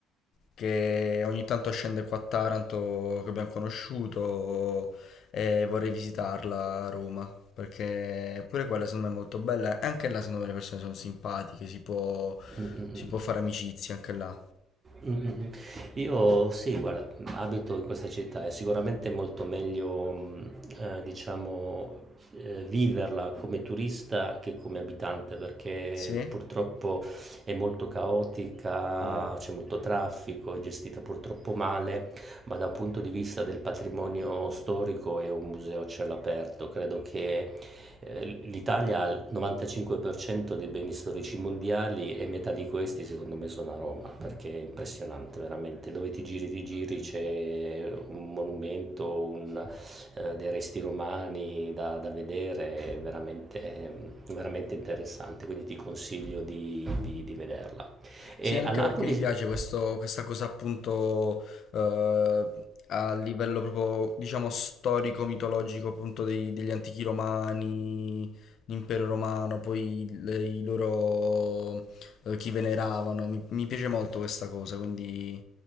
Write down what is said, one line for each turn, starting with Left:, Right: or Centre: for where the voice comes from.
Left: che ogni tanto scende qua a Taranto, che abbiamo conosciuto, e vorrei visitarla a Roma, perché pure quella secondo me è molto bella, e anche là secondo me le persone sono simpatiche, si può,
Right: Mm-mm.
Left: si può fare amicizia anche là.
Right: Mm-mm. Io sì, guarda, abito in questa città, è sicuramente molto meglio, mm, eh, diciamo, eh, viverla come turista che come abitante, perché
Left: Sì?
Right: purtroppo è molto caotica,
Left: Mm.
Right: c'è molto traffico, è gestita purtroppo male ma dal punto di vista del patrimonio storico è un museo a cielo aperto. Credo che eh, l'Italia ha il 95% dei beni storici mondiali e metà di questi secondo me sono a Roma, perché è impressionante veramente, dove ti giri ti giri c'è un monumento, un, eh, dei resti romani da, da vedere, è veramente, veramente interessante, quindi ti consiglio di, di- di vederla. E
Left: Sì, anche
Right: a Napoli
Left: perché mi piace questo- questa cosa appunto eh, a livello proprio, diciamo, storico-mitologico appunto dei- degli antichi romani, l'impero romano, poi le- i loro, eh, chi veneravano, mi, mi piace molto questa cosa, quindi